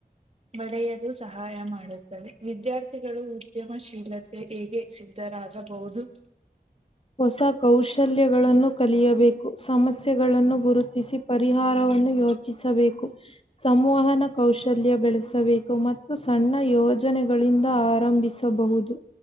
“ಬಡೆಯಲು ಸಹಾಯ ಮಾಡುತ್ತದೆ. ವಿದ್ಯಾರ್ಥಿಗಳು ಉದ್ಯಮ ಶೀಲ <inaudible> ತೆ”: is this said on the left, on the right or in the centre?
Right